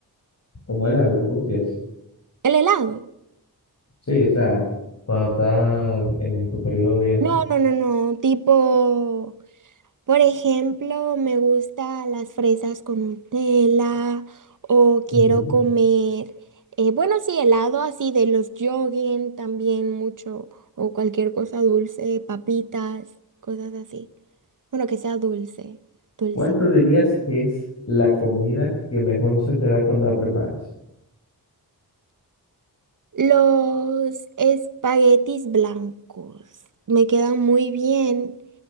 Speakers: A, on the left (about 45°); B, on the right (about 55°).
A: como helado, tú decías.
B: El helado.
A: Sí, o sea, cuando estás en tu periodo y eso.
B: No, no, no, no, tipo... Por ejemplo, me gusta las fresas con Nutella o quiero
A: Ujú.
B: comer, eh, bueno, sí, helado así de los yoguen también mucho o cualquier cosa dulce, papitas, cosas así. Bueno, que sea dulce, dulce.
A: ¿Cuánto dirías que es la comida que mejor se te da cuando la preparas?
B: Los espaguetis blancos me quedan muy bien